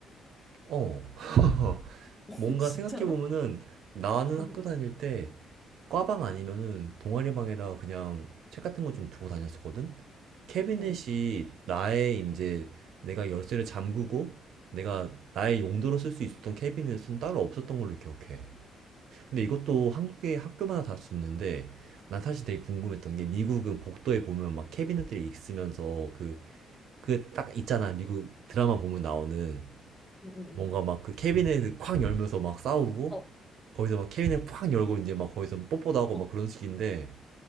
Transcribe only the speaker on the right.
어. <laughs>
뭔가
생각해보면은 나는
학교 다닐 때 과방 아니면은 동아리방에다가 그냥 책 같은 거 좀 두고 다녔었거든? 캐비넷이
나의 이제 내가 열쇠를 잠그고 내가 나의 용도로 쓸 수 있었던 캐비넷은 따로 없었던 걸로 기억해. 근데 이것도 한국의 학교마다 다를 수 있는데 난 사실 되게 궁금했던 게 미국은 복도에 보면 막 캐비넷들이 있으면서 그, 그 딱 있잖아. 미국 드라마 보면 나오는
뭔가 막 그 캐비넷을 콱 열면서 막 싸우고
거기서 막 캐비넷 콱 열고 이제 막 거기서 뽀뽀도 하고
막 그런 식인데